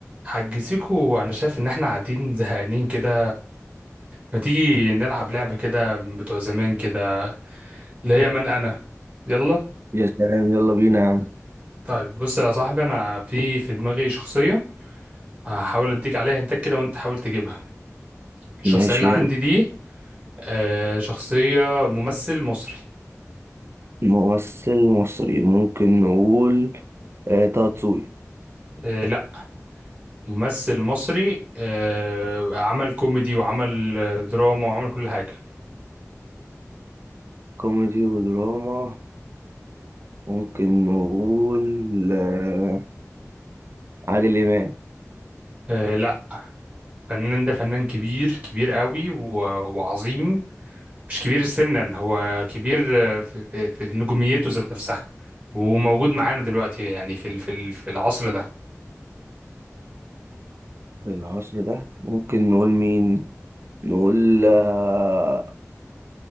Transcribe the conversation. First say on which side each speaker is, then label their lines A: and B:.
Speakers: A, on the right; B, on the right.
A: حجزيكو انا شايف ان احنا قاعدين زهقانين كده ما تيجي نلعب لعبة كده بتوع زمان كده اللي هي من انا يلا
B: يا سلام يلا بينا يا عم
A: طيب بص يا صاحبي انا في في دماغي شخصية هحاول اديك عليها هنتك كده وانت حاول تجيبها الشخصية
B: ماشي
A: اللي عندي
B: يلا
A: دي آه، شخصية ممثل مصري
B: ممثل مصري ممكن نقول آه طه دسوقي
A: آه، لا ممثل مصري آه، عمل كوميدي وعمل آه، دراما وعمل كل حاجة
B: كوميدي ودراما ممكن نقول آه عادل إمام
A: آه، لا فنان ده فنان كبير كبير قوي و- وعظيم مش كبير سنا هو كبير في, في, في نجوميته ذات نفسها وموجود معانا دلوقتي يعني في ال- في ال- في العصر ده
B: في العصر ده ممكن نقول مين نقول آه